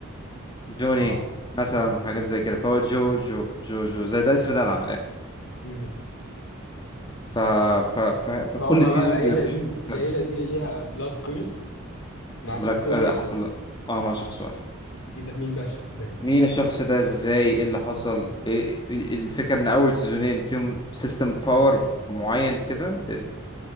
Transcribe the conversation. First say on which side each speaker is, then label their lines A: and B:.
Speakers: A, on the left (about 20°); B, on the left (about 70°).
A: جوني
B: اه
A: مثلا حاجات زي كده فهو جو جو جو جو زي ده اسم ده العام من الاخر
B: مم.
A: ف... ف... ف... فكل
B: فهم
A: سيزون
B: بقى العيلة
A: بيبقى فيه
B: دي
A: جو مختلف
B: العيلة دي ليها بلاد كيرس مع
A: بلاك
B: شخص واحد
A: آه، حصل اه مع شخص واحد
B: يبقى مين بقى الشخص ده؟
A: مين الشخص ده ازاي ايه اللي حصل إيه... إيه- الفكره ان اول سيزونين فيهم سيستم باور معين كده then-